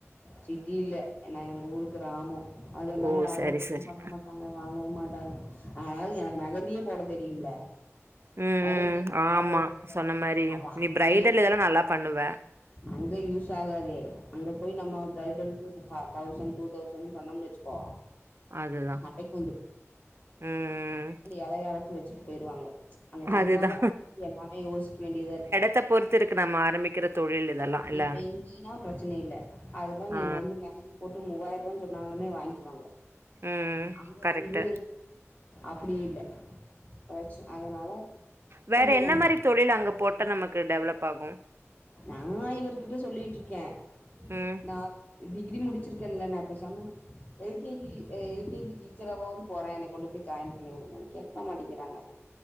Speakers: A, on the left; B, on the right.
A: சிட்டி இல்ல ஏன்னா எங்க ஊரு கிராமோ அதெல்லா
B: ஓ
A: யாரும்
B: சரி
A: எதுவும்
B: சரி
A: பண்ண மாட்டாங்க வாங்கவும் மாட்டாங்க அதாவ்து எனக்கு மெகந்தியும் போட தெரியும்ல
B: ம்
A: மெகந்தியு
B: ம்
A: நம்ம
B: ஆமா
A: எல்லா போடுவோம்ல
B: சொன்ன மாரி
A: அது அங்கயே
B: நீ பிரைடல்
A: தா
B: இதெல்லா நல்லா பண்ணுவ
A: அங்க யூஸ் ஆகாது அங்க போய் நம்ம பிரைடலுக்கு தவுசண்ட் டூ தவுசண்ட் பண்ணோம் வச்சுக்கோ
B: அதுதா
A: சண்டைக்கு
B: ம் ம்
A: எலைய அரச்சி வெச்சுட்டு போயிருவாங்க அதனால
B: அதுதா
A: நம்ம வந்து எல்லாமே யோசிக்க வேண்டியதா இருக்
B: க்க பொறுத்து இருக்கு நம்ம ஆரம்மமிக்கிற தொழில் இதெல்லா இல்ல
A: இப்ப இங்கீன்னா பிரச்சன இல்ல அதெல்லா நீ
B: ஆ
A: வந்து மெகந்தி போட்டு மூவாயிர ரூவானு சொன்னாளுமே வாங்கிகுவாங்க
B: ம்
A: அங்க
B: கரெக்ட்டு
A: வந்து அப்டி இல்ல பச்சு அதனால
B: வேற
A: கொஞ்சம்
B: என்ன
A: நம்ம
B: மாரி தொழில் அங்க போட்ட நமக்கு டெவலப் ஆகும்
A: நானா இவர்கிட்ட சொல்லிட்டு இருக்கேன்
B: ம்
A: நா டிகிரி முடிச்சிருக்கேன்ல நா பேசாம L K G L K G டீச்சராவாவது போறேன் என்ன கொண்டு போய் ஜாயின் பண்ணி விடுங்கன்னு கேட்க மாட்டேங்கிறாங்க